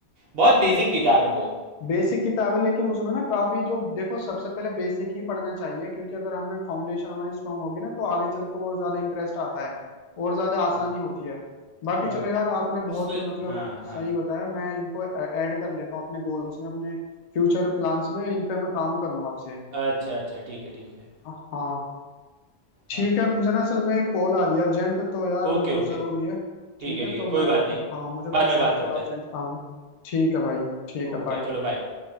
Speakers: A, on the right (about 60°); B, on the left (about 60°).
A: बहुत बेसिक किताब है वो
B: बेसिक किताब है लेकिन उसमें ना काफी जो देखो सबसे पहले बेसिक ही पढ़ना चाहिए क्योंकि अगर हमें फाउंडेशन हमारी स्ट्रांग होगी ना तो आगे चल के और ज्यादा इंटरेस्ट आता है और ज्यादा आसानी
A: हम्म,
B: होती है बाकी
A: हाँ
B: चलो
A: भाई
B: यार आपने
A: उस
B: बहुत मतलब
A: हाँ हाँ
B: सही बताया मैं इनको ऐड कर लेता हूँ अपने गोल्स में अपने फ्यूचर प्लान्स में इन पे मैं काम करूंगा आपसे
A: अच्छा अच्छा ठीक है ठीक है
B: हाँ ठीक
A: हाँ
B: है मुझे ना असल में कॉल आ रही है अर्जेंट तो यार
A: Okay
B: वो
A: okay
B: जरूरी है
A: ठीक
B: ठीक
A: है
B: है
A: ठीक
B: तो
A: है कोई
B: मैं
A: बात नहीं
B: हाँ मुझे
A: बाद
B: कुछ
A: में बात करते
B: थोड़ा अर्जेंट
A: हैं
B: काम है ठीक है भाई ठीक
A: ओके
B: है बाय
A: चलो बाय